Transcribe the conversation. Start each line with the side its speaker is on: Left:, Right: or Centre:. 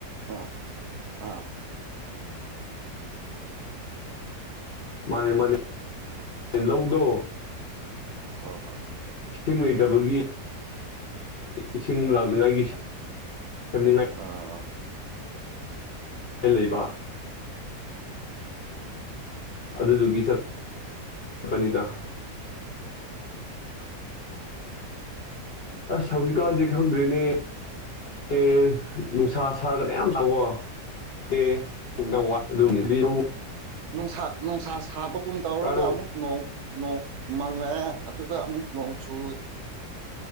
Right: ꯑꯥ ꯑꯥ
Left: ꯃꯥꯅꯦ ꯃꯥꯅꯦ ꯂꯧꯗꯣ꯫
Right: ꯑꯣ ꯍꯣ꯫
Left: ꯏꯁꯤꯡ ꯂꯩꯇꯕꯒꯤ ꯏꯁꯤꯡ ꯂꯥꯛꯅꯤꯡꯉꯥꯏꯒꯤ ꯁꯦꯝꯅꯤꯡꯉꯥꯏ__
Right: ꯑ꯫
Left: ꯂꯩꯕ꯫ ꯑꯗꯨꯗꯨꯒꯤ ꯆꯠꯄꯅꯤꯗ꯫ ꯑꯁ ꯍꯧꯖꯤꯛꯀꯥꯟꯗꯤꯦ ꯈꯪꯗ꯭ꯔꯤꯅꯦ꯫ ꯑꯦ ꯅꯨꯡꯁꯥ ꯁꯥꯔꯒꯅꯦ ꯌꯥꯝ ꯇꯥꯎꯋꯣ꯫ ꯑꯦ ꯋꯥꯒꯤ꯫
Right: ꯅꯨꯡꯁꯥ ꯅꯨꯡꯁꯥ ꯁꯥꯕꯒꯨꯝ ꯇꯧꯔꯒ
Left: ꯇꯥꯔꯣ
Right: ꯑꯃꯨꯛ ꯅ ꯅꯣꯡ ꯃꯪꯉꯦ ꯑꯗꯨꯒ ꯑꯃꯨꯛ__ ꯅꯣꯡꯆꯨ꯫